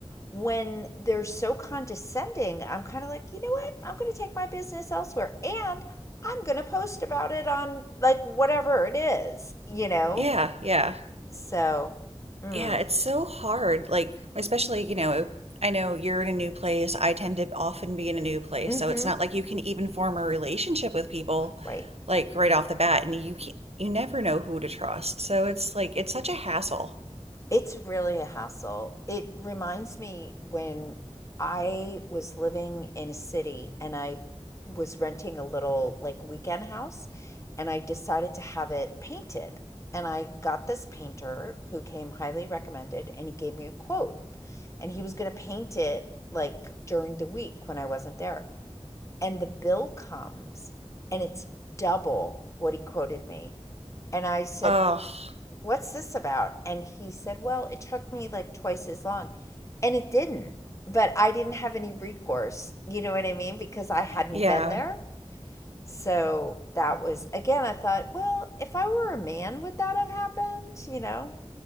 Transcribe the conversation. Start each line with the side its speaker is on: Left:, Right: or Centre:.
Left: when they're so condescending, I'm kind of like, you know what? I'm going to take my business elsewhere and I'm going to post about it on like whatever it is, you know?
Right: Yeah, yeah.
Left: So, mm,
Right: Yeah, it's so hard. Like especially, you know, I know you're in a new place. I tend to often be in a new place,
Left: mm-hmm.
Right: so it's not like you can even form a relationship with people
Left: Right.
Right: like right off the bat and you can you never know who to trust. So it's like it's such a hassle.
Left: It's really a hassle. It reminds me when I was living in a city and I was renting a little like weekend house and I decided to have it painted. And I got this painter who came highly recommended and he gave me a quote and he was going to paint it like during the week when I wasn't there. And the bill comes and it's double what he quoted me. And I said,
Right: Oh,
Left: what's this about? And he said, well, it took me like twice as long. And it didn't, but I didn't have any recourse. You know what I mean? Because I hadn't
Right: yeah.
Left: been there. So that was, again, I thought, well, if I were a man, would that have happened? You know?